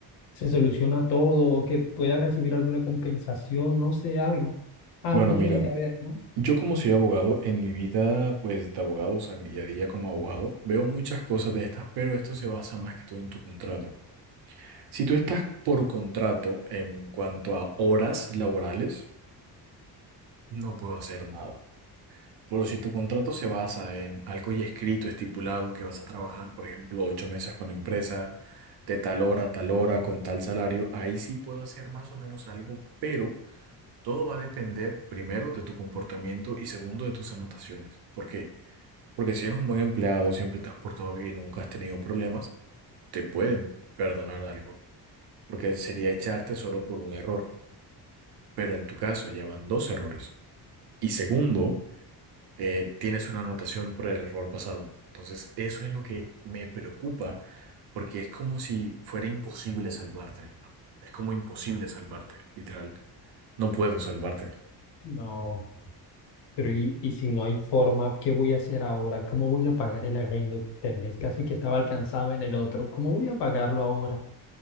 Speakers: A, on the left; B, on the right.
A: se soluciona todo o que pueda recibir alguna compensación, no sé, algo. Algo
B: bueno, mira.
A: tiene que haber, ¿no?
B: Yo como soy abogado, en mi vida pues de abogado, o sea, en mi día a día como abogado, veo muchas cosas de estas, pero esto se basa más que todo en tu contrato. Si tú estás por contrato en cuanto a horas laborales, no puedo hacer nada. Pero si tu contrato se basa en algo ya escrito, estipulado, que vas a trabajar, por ejemplo, ocho meses con la empresa, de tal hora a tal hora, con tal salario, ahí sí puedo hacer más o menos algo, pero todo va a depender primero de tu comportamiento y segundo de tus anotaciones. porque Porque si eres un buen empleado, siempre te has portado bien, nunca has tenido problemas, te pueden perdonar algo, porque sería echarte solo por un error. Pero en tu caso ya van dos errores. Y segundo, eh, tienes una anotación por el error pasado. Entonces, eso es lo que me preocupa, porque es como si fuera imposible salvarte, hermano. Es como imposible salvarte, literal. No puedo salvarte.
A: No, pero y, y si no hay forma, ¿qué voy a hacer ahora? ¿Cómo voy a pagar el arriendo de este mes? Casi que estaba alcanzado en el otro. ¿Cómo voy a pagarlo ahora?